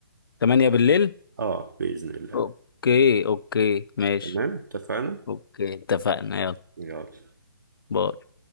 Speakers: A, on the left (about 70°); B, on the right (about 50°).
A: 8 بالليل
B: اه بإذن الله
A: اوكي اوكي ماشي
B: تمام اتفقنا
A: اوكي اتفقنا يلا
B: يلا
A: باي